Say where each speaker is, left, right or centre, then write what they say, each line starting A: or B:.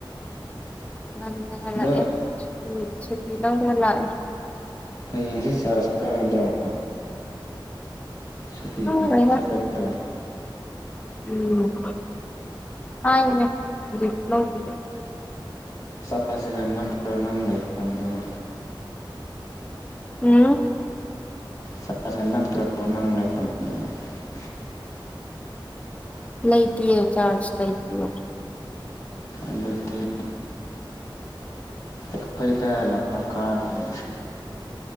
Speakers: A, on the left; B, on the left.
A: ꯉꯟꯅ ꯍꯜꯂꯛꯑꯦ
B: ꯑꯗꯣ
A: ꯁꯨꯤꯇꯤ ꯁꯨꯇꯤ ꯂꯧꯔꯒ ꯂꯥꯛꯑꯦ
B: ꯌꯦꯡꯁꯤ ꯆꯔꯆ ꯀꯥꯒꯗ꯭ꯔꯣ ꯁꯨꯇꯤ
A: ꯀꯥꯎꯔꯦꯗ
B: ꯆꯠꯀꯥꯗ꯭ꯔꯣ
A: ꯎꯝ ꯍꯥꯏꯅꯦ ꯍꯧꯖꯤꯛ ꯂꯧꯕꯗꯣ
B: ꯆꯆꯥꯁꯤꯒ ꯅꯠꯇ꯭ꯔꯒ ꯅꯪ ꯂꯩ ꯐꯝꯗꯕ
A: ꯎꯝ
B: ꯆꯥꯁ ꯅꯛꯇ꯭ꯔꯣ ꯅꯪ ꯂꯩꯐꯝ <unintelligible>
A: ꯂꯩꯇꯤꯌꯦ ꯆꯥꯔꯖ ꯂꯩꯇꯦ
B: ꯑꯗꯨꯗꯤ ꯑꯩꯈꯣꯏꯗ <unintelligible>